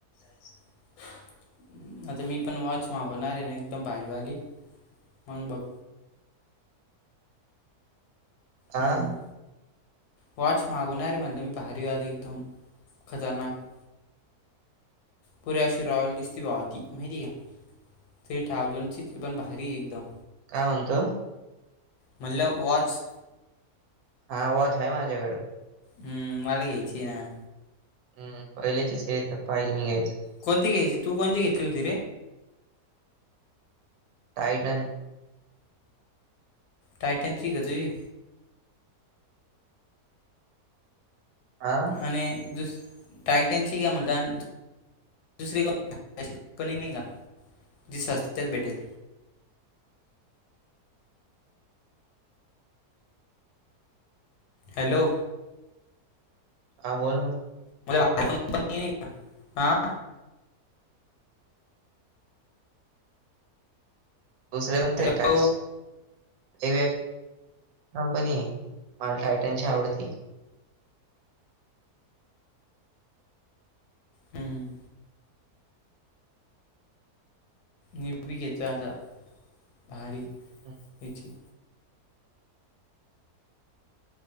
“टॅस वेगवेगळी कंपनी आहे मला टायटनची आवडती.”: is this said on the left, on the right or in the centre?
Right